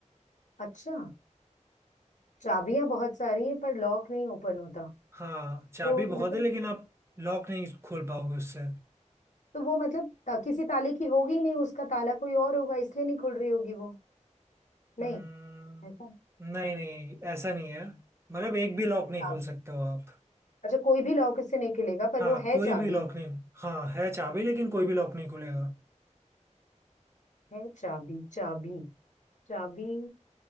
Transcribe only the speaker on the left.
अच्छा चाबियां बहुत सारी हैं पर लॉक नहीं ओपन होता
तो
मतलब
तो वो मतलब ता, किसी ताले की होगी ही नहीं उसका ताला कोई और होगा इसलिए नहीं खुल रही होगी वो नहीं
ऐसा
अच्छा
अच्छा कोई भी लॉक इससे नहीं खुलेगा पर
वो है
चाबी
है चाबी चाबी चाबी